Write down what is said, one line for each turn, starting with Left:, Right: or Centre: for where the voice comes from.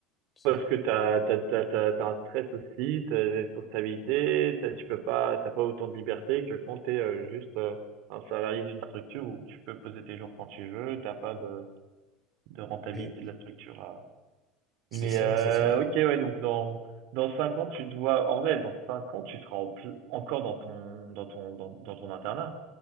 Left: Ça.
Right: parce que t'as, t'as, t'as, t'as, t'as un stress aussi, t'as des responsabilités, t'as, tu peux pas, t'as pas autant de liberté que quand t'es euh, juste euh, un salarié d'une structure où tu peux poser tes jours quand tu veux, t'as pas de, de rentabilité
Left: Mm.
Right: de la structure à...
Left: C'est
Right: Mais
Left: ça,
Right: euh,
Left: c'est ça.
Right: ok, ouais, donc dans dans cinq ans, tu dois, en vrai, dans cinq ans, tu seras en pl- encore dans ton dans ton dans, dans ton internat.